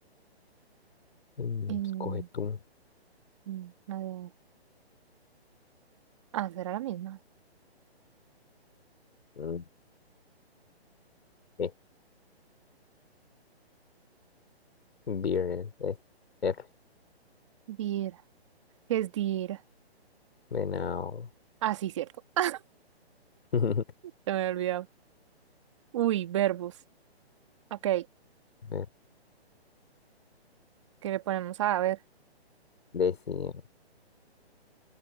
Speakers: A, on the left (about 70°); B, on the right (about 30°).
A: Mm,
B: Mm,
A: Escoge tú.
B: mm, la de- Ah, será la misma.
A: Mm, eh, Beer es R.
B: Dir. ¿Qué es dir?
A: Venado.
B: Ah, sí, cierto. <laughs>
A: <laughs>
B: Se me había olvidado. Uy, verbos. Ok,
A: Eh,
B: ¿qué le ponemos? Ah, a ver.
A: Decía.